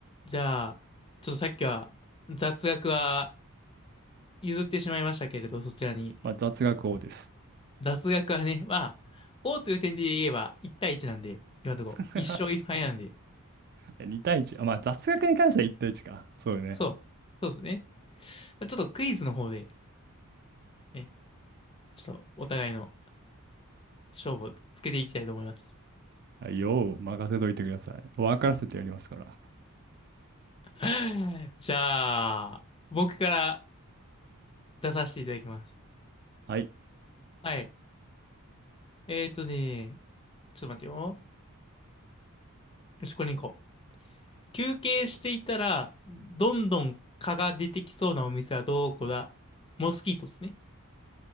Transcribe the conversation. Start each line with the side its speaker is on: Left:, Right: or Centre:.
Left: じゃあ、ちょっとさっきは雑学は譲ってしまいましたけれど、そちらに。
Right: まあ、雑学王です。
Left: 雑学はね、まあ、王という点で言えば1対1なんで、今のところ1勝1敗なんで、
Right: <laughs> いや2対1。あ、まあ、雑学に関しては1対1か。そうね。
Left: そう、そうですね。ちょっとクイズの方で、ね、ちょっとお互いの勝負をつけていきたいと思います。
Right: はい、よー任せといてください。分からせてやりますから。
Left: <laughs> じゃあ、僕から出させていただきます。
Right: はい。
Left: はい。えーとね、ちょっと待ってよ。よし、これに行こ休憩していたら、どんどん蚊が出てきそうなお店はどこだモスキートですね。